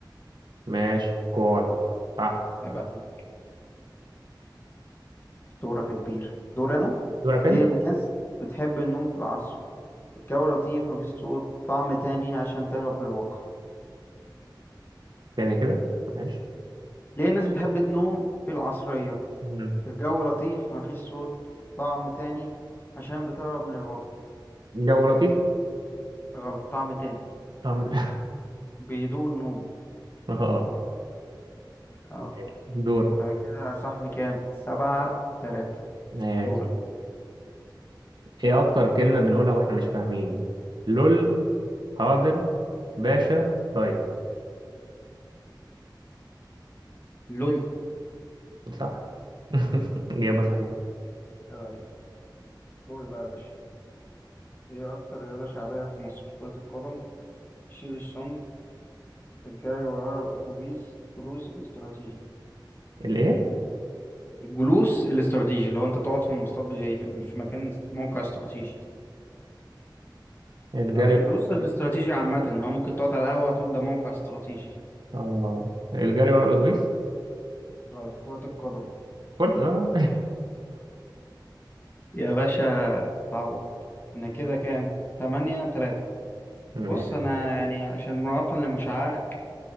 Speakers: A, on the right; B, on the left.
A: ماشي كوالا صح
B: يبقى دورك يا كبير دور أنا
A: دورك
B: ليه
A: أنت
B: الناس بتحب النوم في العصر؟ الجو لطيف مفيش صوت طعم تاني عشان تهرب من الواقع
A: تاني كده ماشي
B: ليه الناس بتحب تنوم في العصرية؟
A: مم.
B: الجو لطيف مفيش صوت طعم تاني عشان بتهرب من الواقع
A: جو لطيف
B: غلط طعم تاني
A: طعم <laughs>
B: بيدوق النوم
A: اه
B: اه
A: ماشي. دورك
B: فكده يا صاحبي كام؟ سبعة تلاتة
A: ماشي
B: دورك
A: ايه اكتر كلمة بنقولها واحنا مش فاهمين لول حاضر باشا طيب
B: لول
A: صح <laughs> إجابة صحيحة
B: أيوة، دوري بقى يا باشا ايه اكتر رياضة شعبية في مصر كرة القدم شيل الشنط الجري ورا الاتوبيس الجلوس الاستراتيجي
A: الإيه؟
B: الجلوس الاستراتيجي اللي هو انت تقعد في المواصلات ب- في مكان موقع استراتيجي
A: الجري
B: او
A: لا،
B: الجلوس
A: ورا الأتوبيس
B: الاستراتيجي عامة اللي هو ممكن تقعد على القهوة تقول ده موقع استراتيجي
A: آه الجري ورا الأتوبيس
B: غلط كرة القدم
A: كرة آه
B: يا باشا اتعوض انا كده كام تمانية تلاتة
A: <laughs> ماشي
B: بص انا يعني عشان مراعاة لمشاعرك